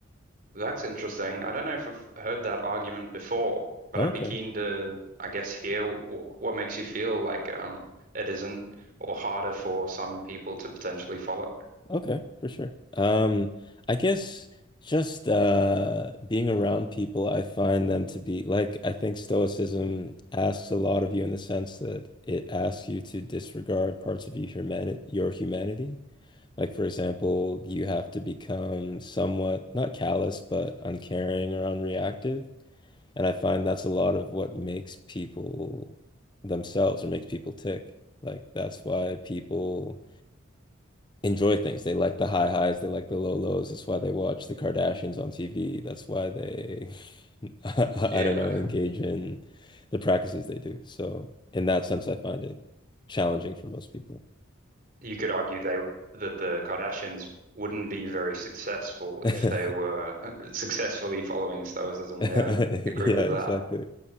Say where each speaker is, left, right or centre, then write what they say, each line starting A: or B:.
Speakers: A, on the right; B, on the left.
A: That's interesting. I don't know if I've heard that argument before, but
B: Okay.
A: I'd be keen to, I guess, hear w what makes you feel like um, it isn't or harder for some people to potentially follow.
B: Okay, for sure. Um, I guess just uh being around people, I find them to be like I think Stoicism asks a lot of you in the sense that it asks you to disregard parts of your humanity, your humanity. Like for example, you have to become somewhat not callous, but uncaring or unreactive. And I find that's a lot of what makes people themselves or makes people tick. Like that's why people enjoy things. They like the high highs, they like the low lows. That's why they watch the Kardashians on TV. That's why they, <laughs> I
A: Yeah.
B: I don't know, engage in the practices they do. So, in that sense, I find it challenging for most people.
A: you could argue they that the Kardashians wouldn't be very successful
B: <laughs>
A: if they were <laughs> successfully following Stoicism.
B: Yeah,
A: Yeah, I'd agree with that.
B: exactly.